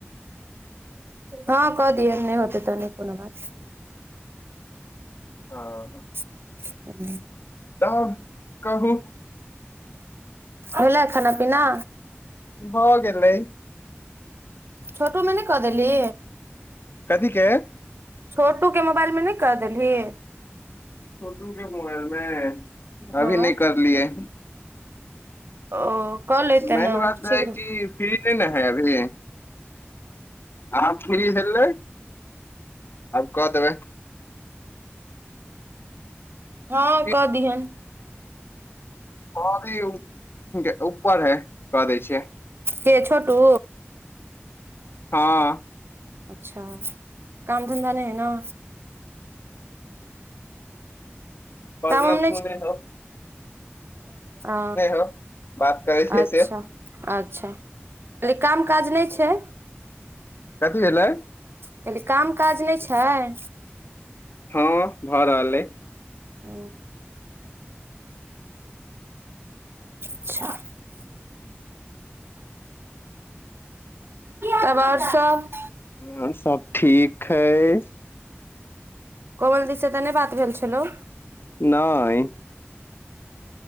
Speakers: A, on the right; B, on the left.
A: हँ कऽ दिहैन नय होतै तऽ नय कोनो बात
B: हँ
A: <unintelligible>
B: तब कहू
A: हो गलै खाना पीना
B: भ गेलै।
A: छोटू मे नय कह देलही?
B: कथी गे?
A: छोटू के मोबाइल मे नय क देल्ही?
B: छोटू के मोबाइल मे
A: हँ
B: अभी नय करलियै।
A: ओ क लिते
B: मेन
A: ने
B: बात
A: सीघ्र।
B: है कि फ्री नहि ने है अभी आ फ्री हेलै आब क देबै।
A: हँ
B: फिर
A: कह दीहैं।
B: <unintelligible> ऊपर है क दै छियै।
A: के छोटू?
B: हँ
A: अच्छा काम धन्धा नहि है ने?
B: पर्णव
A: काम उम
B: सुनै हव।
A: अ
B: हो बात करै छै
A: अच्छा।
B: से हाँ,
A: अच्छा कली काम काज नहि छैय?
B: कथी भेलै?
A: कहली काम काज नहि छैय?
B: हँ भ रहल आय।
A: उ <unintelligible> तब आओर सब
B: ह सब ठीक हय।
A: कोमल दी से तऽ नैय बात भेल छेलौ?
B: नय